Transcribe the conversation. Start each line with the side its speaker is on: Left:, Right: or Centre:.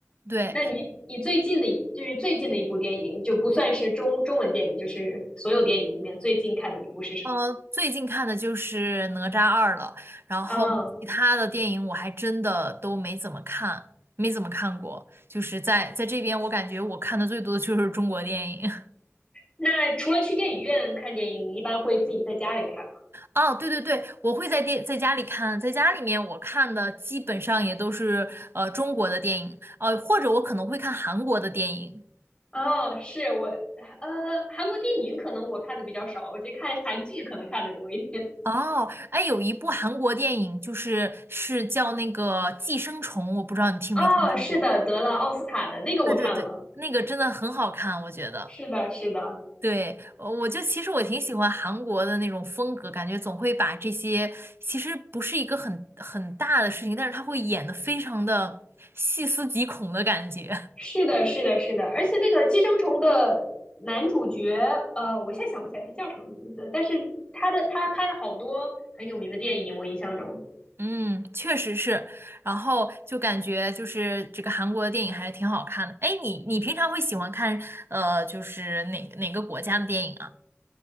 Right: 对，
Left: 那你你最近的一就是最近的一部电影，就不算是中中文电影，就是所有电影里面最近看的一部是什么？
Right: 呃，最近看的就是《哪吒二》了，然后其他的电影我还真的都没怎么看，
Left: 哦，
Right: 没怎么看过。就是在在这边，我感觉我看的最多的就是中国电影。
Left: 那除了去电影院看电影，你一般会自己在家里看吗？
Right: 哦，对对对，我会在电在家里看，在家里面我看的基本上也都是呃中国的电影，呃或者我可能会看韩国的电影。
Left: 哦，是我，呃，韩国电影可能我看的比较少，我去看韩剧可能看的多一点。
Right: 哦，哎，有一部韩国电影就是是叫那个《寄生虫》，我不知道你听没听说过。
Left: 哦，是的，得了奥斯卡的那个我看了，
Right: 对对对，那个真的很好看，我觉得。
Left: 是的，是的。
Right: 对，呃我就其实我挺喜欢韩国的那种风格，感觉总会把这些其实不是一个很很大的事情，但是他会演得非常的细思极恐的感觉。
Left: 是的，是的，是的，而且那个寄生虫的男主角，呃，我现在想不起来他叫什么名字，但是他的他拍了好多很有名的电影，我印象中，
Right: 嗯，确实是，然后就感觉就是这个韩国的电影还是挺好看的。哎，你你平常会喜欢看呃，就是哪哪个国家的电影啊？